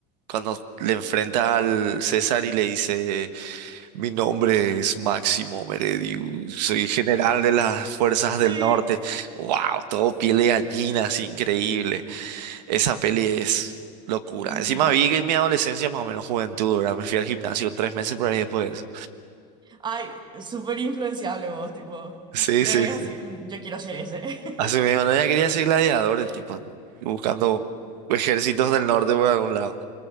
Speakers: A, on the right; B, on the right.
A: cuando le enfrenta al César y le dice... Mi nombre es Máximo Meredius, soy general de las Fuerzas
B: Sí,
A: del Norte.
B: sí.
A: ¡Wow! Todo piel de gallina, así increíble. Esa peli es locura.
B: Ujú.
A: Encima vi que en mi adolescencia, más o menos juventud, ¿verdad? Me fui al gimnasio tres meses por ahí después <laughs> de eso.
B: Ay, súper influenciable vos, tipo,
A: Sí,
B: le
A: sí,
B: ves
A: sí.
B: así,
A: sí.
B: "Mm, yo quiero ser ese. <laughs>
A: Hace medio no, ya quería ser gladiador el tipo, buscando ejércitos del norte por algún lado.